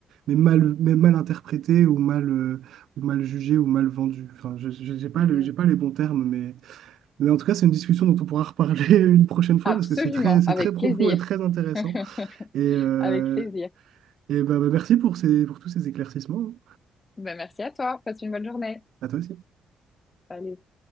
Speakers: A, on the right (about 75°); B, on the left (about 25°).
A: mais mal, mais mal interprété ou mal, euh, ou mal jugé ou mal vendu. Enfin, je je- j'ai pas
B: Mhm.
A: le- j'ai pas les bons termes, mais, mais en tout cas, c'est une discussion dont on pourra reparler <laughs> une prochaine fois
B: Absolument,
A: parce que c'est très, c'est
B: avec
A: très profond
B: plaisir.
A: et très intéressant.
B: <laughs>
A: Et, euh,
B: Avec plaisir.
A: et bah, bah, merci pour ces, pour tous ces éclaircissements. hein.
B: Ben, merci à toi. Passe une bonne journée.
A: À toi aussi.
B: Allez.